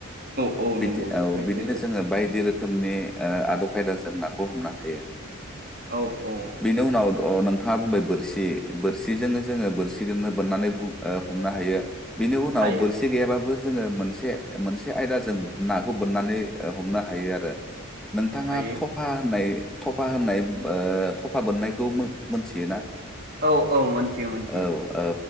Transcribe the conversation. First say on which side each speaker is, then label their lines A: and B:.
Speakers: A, on the right (about 45°); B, in the centre.
A: औ
B: बिदि
A: नंगौ
B: औ
A: सै
B: बिदिनो
A: सैथो
B: जोङो बायदि रोखोम नि आदब खायदाजों नाखौ हमनो हायो
A: औ औ
B: बिनि उनाव नोंथाङा बुंबाय बोरसि बोरसिजोंनो जोङो बोरसि बोननानै हमनो हायो बिनि उनाव
A: हायो
B: बोरसि गैयाबाबो जोङो मोनसे मोनसे आयदा जों नाखौ बोननानै हमनो हायो आरो नोंथाङा
A: हायो
B: थफा होननाय थफा होननाय थफा बोननायखौ मोनथियोना
A: औ औ मोनथियो मोनथियो
B: औ औ